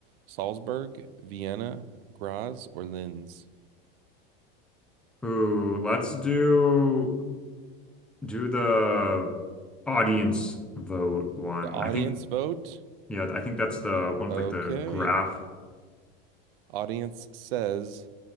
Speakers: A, on the right (about 75°); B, in the centre.
A: Salzburg, Vienna, Graz, or Linz?
B: Ooh, let's do do the audience vote one.
A: The audience
B: I think
A: vote?
B: yeah, I think that's the one
A: Okay.
B: with like the graph.
A: Audience says